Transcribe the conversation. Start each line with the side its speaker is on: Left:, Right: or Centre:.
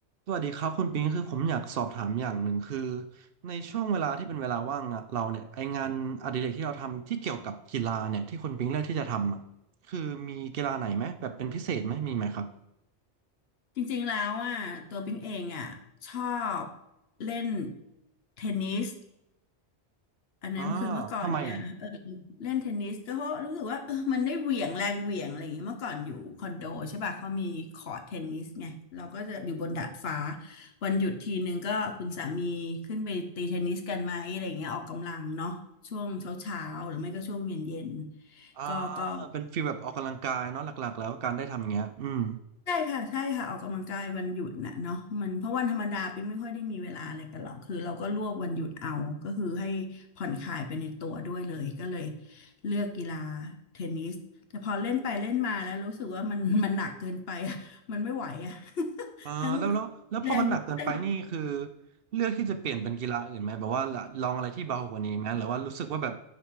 Right: สวัสดีครับคุณปิงคือผมอยากสอบถามอย่างหนึ่งคือในช่วงเวลาที่เป็นเวลาว่างอะเราเนี่ยไองานอดิเรกที่เราทำที่เกี่ยวกับกีฬาเนี่ยที่คุณปิงเลือกที่จะทำอะคือมีกีฬาไหนไหมแบบเป็นพิเศษไหมมีไหมครับ
Left: จริงๆ แล้วอ่ะตัวปิ๊งเองอ่ะชอบเล่นเทนนิสอันนั้นคือเมื่อก่อนเนี่ยเออ
Right: อ่าทำไมอ่ะ
Left: เล่นเทนนิสก็เพราะรู้สึกว่าเออมันได้เหวี่ยงแรงเหวี่ยงอะไรอย่างเงี้ยเมื่อก่อนอยู่คอนโดใช่ป่ะเขามีคอร์ตเทนนิสไงเราก็จะอยู่บนดาดฟ้าวันหยุดทีนึงก็คุณสามีขึ้นไปตีเทนนิสกันไหมอะไรอย่างเงี้ยออกกำลังเนาะช่วงเช้าๆหรือไม่ก็ช่วงเย็นๆก็ก็
Right: อ่าเป็นฟีลแบบออกกำลังกายเนาะหลักๆแล้วการได้ทำอย่างเงี้ยอืม
Left: ใช่ค่ะใช่ค่ะออกกำลังกายวันหยุดน่ะเนาะมันเพราะวันธรรมดาปิ๊งไม่ค่อยได้มีเวลาอะไรกันหรอกคือเราก็รวบวันหยุดเอาก็คือให้ผ่อนคลายไปในตัวด้วยเลยก็เลยเลือกกีฬาเทนนิสแต่พอเล่นไปเล่นมาแล้วรู้สึกว่ามันมันหนักเกินไปอะมันไม่ไหวอะ <laughs>
Right: อ่าแล้วแล้วแล้วพอมันหนักเกินไปนี่คือ
Left: ทั้งแรงแรง
Right: เลือกที่จะเปลี่ยนเป็นกีฬาอื่นไหมแบบว่าลลองอะไรที่เบากว่านี้ไหมหรือว่ารู้สึกว่าแบบ